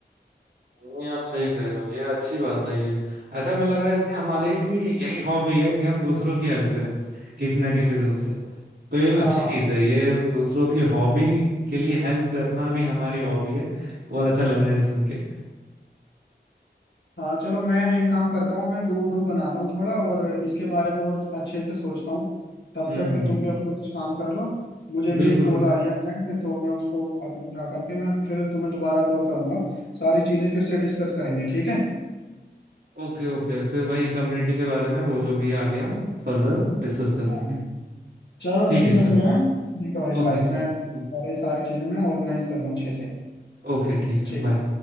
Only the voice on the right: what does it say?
नहीं आप सही कह रहे हो ये अच्छी बात है ये ऐसा मैं लग रहा है ऐसे हमारी भी यही हॉबी है कि हम दूसरों की हेल्प करें किसी ना किसी रूप से तो ये अच्छी
चीज है ये दूसरों की हॉबी के लिए हेल्प करना भी हमारी हॉबी है बहुत अच्छा लग रहा है सुन के
हम्म
बिल्कुल
ओके ओके फिर वही कम्युनिटी के बारे में वो जो भी है आगे हम फर्दर डिस्कस कर लेंगे
ठीक
है चलो
ओके
चलो
ओके ठीक है
बाय